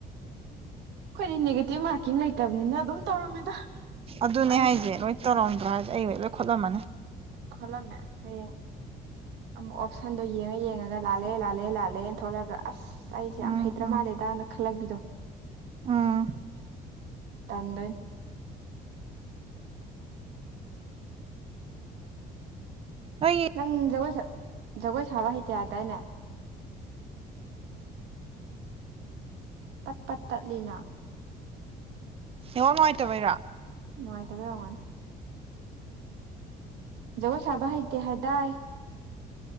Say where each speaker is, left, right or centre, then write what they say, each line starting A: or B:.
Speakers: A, on the right; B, on the right.
A: ꯑꯩꯈꯣꯏꯗꯤ ꯅꯦꯒꯦꯇꯤꯚ ꯃꯥꯔꯀꯤꯡ ꯂꯩꯇꯕꯅꯤꯅ ꯑꯗꯨꯝ ꯇꯧꯔꯝꯃꯤꯗ
B: ꯑꯗꯨꯅꯦ
A: ꯑꯩ
B: ꯍꯥꯏꯁꯦ ꯂꯣꯏ ꯇꯧꯔꯝꯗ꯭ꯔꯣ ꯍꯥꯏꯗꯤ ꯑꯩ ꯂꯣꯏ ꯈꯣꯠꯂꯝꯃꯅꯤ
A: ꯈꯣꯜꯂꯝꯃꯦ ꯍꯌꯦꯡ ꯑꯃꯨꯛ ꯑꯣꯞꯁꯟꯗꯣ ꯌꯦꯡꯉ ꯌꯦꯡꯉꯒ ꯂꯥꯜꯂꯦ ꯂꯥꯜꯂꯦ ꯂꯥꯜꯂꯦꯅ ꯊꯣꯛꯂꯛꯒ ꯑꯁ ꯑꯁ ꯑꯩꯁꯦ ꯌꯥꯝ
B: ꯎꯝ
A: ꯍꯩꯇ꯭ꯔ
B: ꯎꯝ
A: ꯃꯥꯜꯂꯦꯗꯅ ꯈꯜꯂꯛꯄꯤꯗꯣ
B: ꯎꯝ
A: ꯇꯗ
B: ꯅꯣꯏꯒꯤ
A: ꯅꯪ ꯖꯒꯣꯏ ꯖꯒꯣꯏ ꯁꯥꯕ ꯍꯩꯇꯦꯌꯥꯗꯅꯦ ꯄꯠ ꯄꯠ ꯇꯠꯂꯤꯅ
B: ꯍꯉ ꯅꯨꯡꯉꯥꯏꯇꯕꯩꯔꯥ
A: ꯅꯨꯡꯉꯥꯏꯇꯕꯦ ꯋꯥꯃꯅꯤ ꯒꯣ ꯁꯥꯕ ꯍꯥꯏꯇ ꯍꯥꯏꯗꯥꯏ